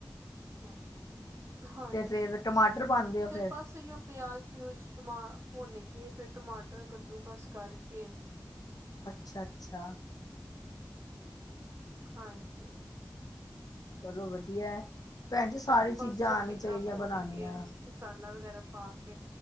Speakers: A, on the right; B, on the left.
A: ਹਾਂਜੀ। ਹਾਂਜੀ,
B: ਤੇ ਫੇਰ ਟਮਾਟਰ ਪਾਉਂਦੇ ਹੋ
A: ਫਿਰ
B: ਫੇਰ
A: ਬਸ ਏਈਓ ਪਿਆਜ਼ ਪਿਊਜ ਟਮਾ ਭੁੰਨ ਕੇ ਫੇਰ ਟਮਾਟਰ ਕੱਦੂ ਕਸ ਕਰਕੇ
B: ਅੱਛਾ-ਅੱਛਾ।
A: ਹਾਂਜੀ।
B: ਚਲੋ ਵਧੀਆ ਭੈਣ ਜੀ ਸਾਰੀ
A: ਫੇਰ
B: ਚੀਜ਼ਾਂ
A: ਬਸ ਚੰਗੀ
B: ਆਣੀ ਚਾਹੀਦੀਆਂ
A: ਤਰ੍ਹਾਂ ਭੁੰਨ
B: ਬਣਾਉਣੀਆਂ।
A: ਕੇ ਮਸਾਲਾ ਵਗੈਰਾ ਪਾ ਕੇ